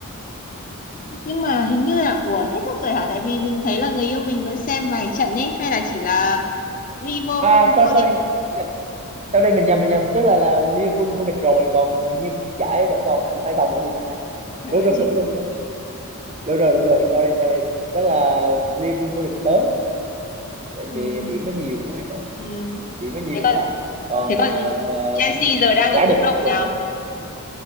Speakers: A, on the left; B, on the right.
A: nhưng mà hình như là ủa kết thúc rồi hả? Tại vì mình thấy là người yêu mình vẫn xem vài trận ấy hay là chỉ là Liverpool
B: à sorry
A: vô địch.
B: sorry nhập sau đây mình nhầm mình nhầm tức là là Liverpool vô địch rồi còn ờ, như giải vẫn còn hạ một hai vòng nữa thì phải
A: Ừ,
B: đúng đúng
A: chị.
B: đúng đúng đúng đúng rồi đúng rồi sorry sorry tức là Liverpool vô địch sớm tại
A: Ừ.
B: vì điểm nó nhiều quá <laughs>
A: Ừ.
B: điểm nó nhiều
A: Thế còn
B: quá còn
A: thế
B: ờ,
A: còn Chelsea
B: hình như
A: giờ đang
B: đá
A: ở mức
B: được một
A: độ
B: tuần
A: nào?
B: nữa